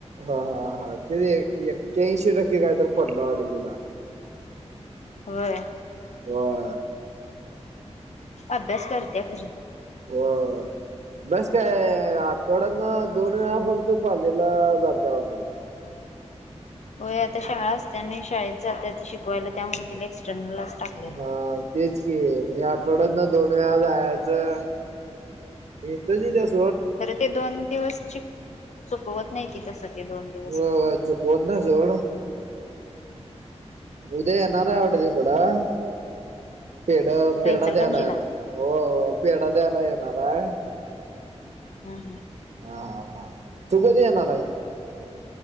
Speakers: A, on the right; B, on the left.
A: हा हा हा ते एक्क्याऐंशी टक्के काय तर पडलं वाडत तिला
B: होय
A: ह
B: अभ्यास करत्या घरी
A: होय बस काय आठवड्यातन दोन वेळा फक्त कॉलेजला जात्या वाटत ती
B: व्हय आता शाळा असत्या नी शाळेत जात्या ती शिकवायला त्यामुळे तिला एक्स्टर्नल टाक
A: हा तेच की म्हणजे आठवड्यातन दोन वेळा जायाचं इथ जी जास्
B: खरं ते दोन दिवसची चुकवत नाही ती तस ते दोन दिवस
A: होय होय चुकवत नाही सोड. उद्या येणार आहे वाटत तिकडं पेढ
B: कुठे
A: पेढा
B: इचलकरंजीला
A: द्यायला येणार हो पेढा द्यायला येणार हाय
B: हम् हम
A: हा हा तू कधी येणार हाय